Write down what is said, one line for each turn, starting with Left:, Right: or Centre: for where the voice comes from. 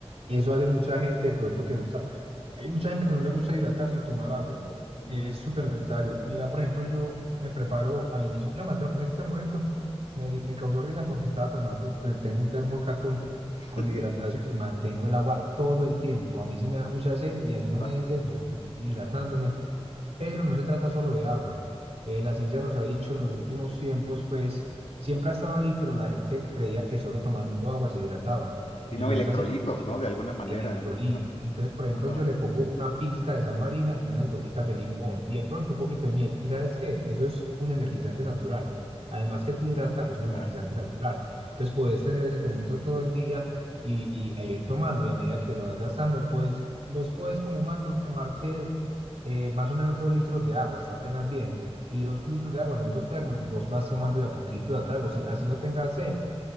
Right: Eso hace mucha gente de pronto que no está. Hay mucha gente que no le gusta hidratarse o tomar agua.
Left: Ujú.
Right: Es súper necesario. Mira, por ejemplo, yo me preparo al inicio. Yo, Mateo, en este momento me, me causó risa porque estaba tomando. eh, Tengo un termo acá con,
Left: <laughs>
Right: con hidratación y mantengo el agua todo el tiempo. A mí sí me da mucha sed y así no
Left: Ajá.
Right: me dé sed. Yo estoy hidratándome pero no se trata solo de agua. Eh, la ciencia nos ha dicho en los últimos tiempos, pues siempre ha estado ahí, pero la gente creía que solo tomando agua se hidrataba
Left: Sí,
Right: y
Left: no,
Right: no
Left: electrolitos,
Right: es así porque tiene
Left: ¿no? De alguna manera.
Right: electrolitos. Entonces, por ejemplo,
Left: Ajá,
Right: yo le pongo una pizca de sal marina y unas goticas de limón y de pronto un poquito de miel. ¿Y sabes qué? Eso es un energizante natural. Además que te hidrata, es un
Left: claro.
Right: energizante natural. Entonces, puedes tener ese termito todo el día y, y- e ir tomando y a medida que lo vas gastando, pues vos puedes como humano tomarte eh, más o menos dos litros de agua, está apenas bien. Y dos litros de agua son dos termos, vos vas tomando de a poquito de a trago, si- así no tengas sed,